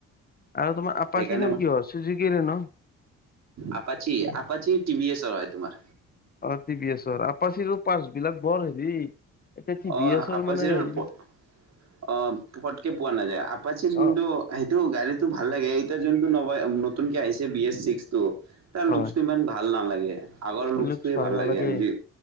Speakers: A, on the left; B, on the right.
A: আৰু তোমাৰ আপাচিখন
B: সেইকাৰণে
A: কিহৰ চুজোকিৰে ন।
B: আপাচি আপাচি টিভি এচ হয় তোমাৰ
A: অ' টি ভি এছৰ আপাচিৰো পাছ বিলাক বৰ হেৰি এতিয়া টি
B: অহ'
A: ভি এছৰ
B: আপাচিৰো
A: মানে হেৰিবিলাক
B: পট অ' পতকে পোৱা নাযায়, আপাচিৰ কিন্তু
A: অ
B: সেইটো গাড়ীতটো ভাল। ভাল লাগে, এতিয়া যোনটো ন নতুনকে আহিছে বি এছ ছিক্স টু তাৰ
A: হয়
B: লুকটো ইমান ভাল নালাগে। আগৰ লুকচটোৱে
A: লুকচ
B: ভাল
A: নালাগে
B: লাগে জি